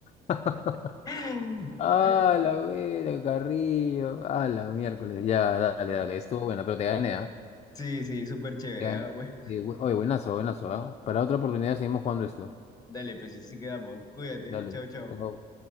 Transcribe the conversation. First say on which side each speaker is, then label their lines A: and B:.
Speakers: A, on the left; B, on the left.
A: <laughs>
B: <laughs>
A: Ah, la vera, Carrillo. Ah, la miércoles. Ya, dale, dale. Estuvo buena, pero te gané, ¿ah?
B: Sí, sí, súper chévere,
A: Te gané.
B: ah, Bueno,
A: Sí, bu- Oye, buenazo, buenazo, ¿ah? Para otra oportunidad seguimos jugando esto.
B: dale, pues así quedamos, cuídate,
A: Dale.
B: chao, chao.
A: Chao.